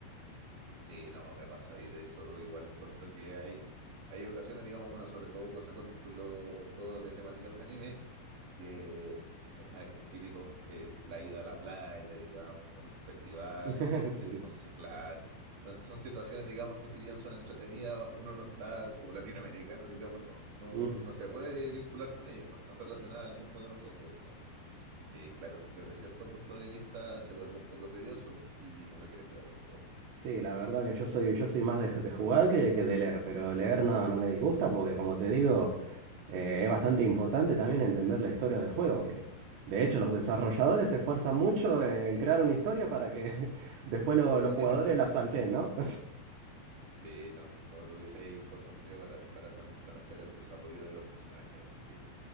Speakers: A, on the right; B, on the right.
A: Sí, no, me pasa. Y de hecho, igual encuentro que hay, hay ocasiones, digamos, bueno, sobre todo pasa con, con los juegos de temáticas de anime, que están estos típicos, eh, la ida a la playa, digamos, algún festival.
B: <laughs> Sí.
A: Entonces, claro, son, son situaciones, digamos, que si bien son entretenidas, uno no está, como latinoamericano, digamos, no, no,
B: Ujú.
A: no se puede vincular con ellas, no están relacionadas al mundo de nosotros. Entonces, eh, claro, desde cierto punto de vista se vuelve un poco tedioso y uno quiere jugar el juego más que nada.
B: Sí,
A: Así que
B: la verdad que yo soy, yo soy más de, de jugar que, que de leer, pero leer no, no me disgusta porque, como te digo, eh, es bastante importante también entender la historia del juego, que de hecho los desarrolladores se esfuerzan mucho en crear una historia para que <laughs> después lo- los
A: <laughs>
B: jugadores la salten, ¿no? <laughs>
A: Sí, no, como tú dices, es importante para, para también conocer el desarrollo de los personajes. Así que,